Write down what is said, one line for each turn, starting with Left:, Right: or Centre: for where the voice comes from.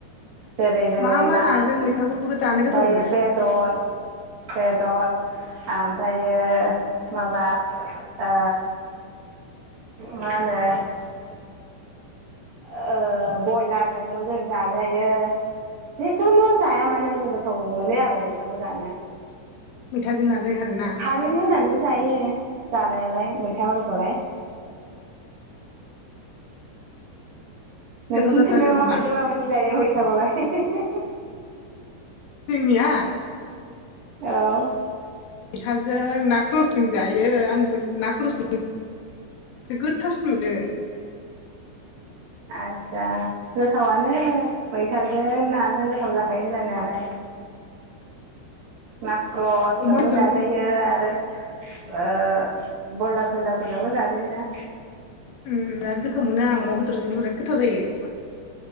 Right: जेरै जोङो
Left: मा मा
Right: ना
Left: नाजों मैथाखौ जानो
Right: ओमफायो
Left: गोथाव मोनो?
Right: बे बे दद बेदर ओमफ्रायो माबा ओ मा होनो
Left: <inaudible>
Right: ओ बयलारजोंबो जों जाजायो जिखुनु जाया मानो जों गोथाव मोनो आरो मैथाखौ जानो।
Left: मिथााजोंनाजों आरो ना।
Right: खारै होनानैबो जायो जानायालाय मैथाफोरखौलाय।
Left: गोथाव
Right: नोंसिनिखैलाय
Left: जाथारो होमबा
Right: माबायदि माबायदि जायो गैथाखौलाय?
Left: जोंनिया?
Right: औ
Left: फैथाजों ना ख्रसजों जायो आं ना ख्रसजों एसे गोथावसिन मोनो
Right: आस्सा गोथावनो मैथाजों नाजों गोथाव जाखायो जानायालाय। ना ख्ररसजोंबो
Left: अमा बेदरजों
Right: जाजायो। यो आरो ओ ब्रयला सयलारफोरजोंबो जाजोयोना
Left: बिराद गोथाव मोनो आं अमा बेदरजोंबो बिराद गोथाव जायो।